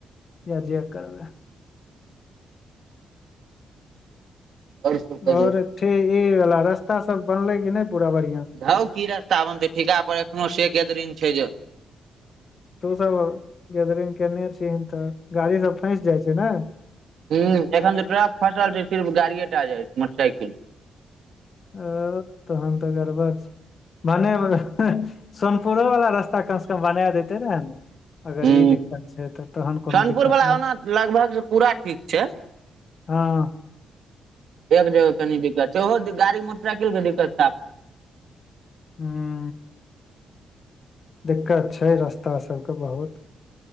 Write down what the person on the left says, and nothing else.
या जे करबै
और ठिही वाल रस्ता सब बनले की नै पूरा बढ़िया।
तू सब गेदरिंग केनै छिहीन तऽ गाड़ी सब फैंस जाइ छै न।
ओ तहन तऽ गड़बड़ छै बनेबै। एह सोनपुरो वाला रास्ता कम से कम बना देते ने अगर
इ दिक्कत छैय तऽ तहन कोनो
दिक्कत
नय
हाँ
हूं दिक्कत छैय रस्ता सबके बहुत